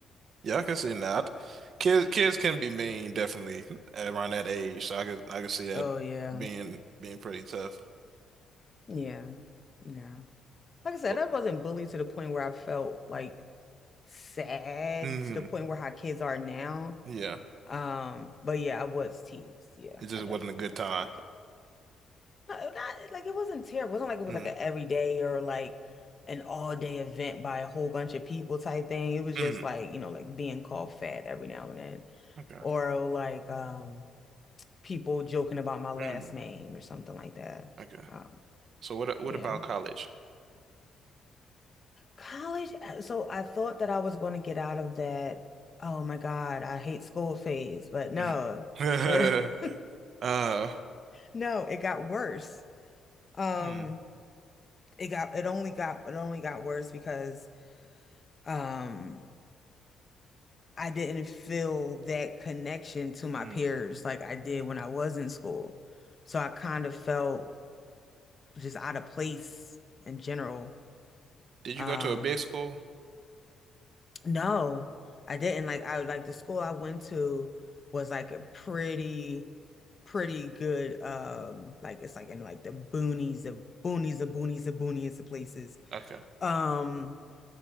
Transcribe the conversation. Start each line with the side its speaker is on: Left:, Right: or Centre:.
Right: Yeah, I can see that. Kids, kids can be mean definitely around that age. So I could, I could see that
Left: Oh, yeah.
Right: being being pretty tough.
Left: Yeah. Yeah. Like I said,
Right: But
Left: I wasn't bullied to the point where I felt like sad
Right: mm,
Left: to the point where how kids are now.
Right: yeah,
Left: Um, but yeah, I was teased. Yeah,
Right: it just
Left: I definitely
Right: wasn't a good
Left: was
Right: time.
Left: teased. No, not like it wasn't terrible. It wasn't like it was
Right: Mm,
Left: like an everyday or like an all day event by a whole bunch of people type thing. It was
Right: mm,
Left: just like, you know, like being called fat every now and then.
Right: okay,
Left: Or like um people joking about my last
Right: mm,
Left: name or something like that.
Right: okay.
Left: Um,
Right: So what, what
Left: yeah.
Right: about college?
Left: College. uh, So I thought that I was going to get out of that. Oh my God, I hate school phase, but no.
Right: Mm.
Left: <laughs>
Right: <laughs> Uh,
Left: No, it got worse. Um,
Right: hmm,
Left: it got it only got it only got worse because um I didn't feel that connection to my
Right: mm.
Left: peers like I did when I was in school. So I kind of felt just out of place in general.
Right: Did you
Left: Um,
Right: go to a big school?
Left: No, I didn't. Like I like the school I went to was like a pretty pretty good um like it's like in like the boonies of boonies of boonies of boonies of places.
Right: Okay,
Left: Um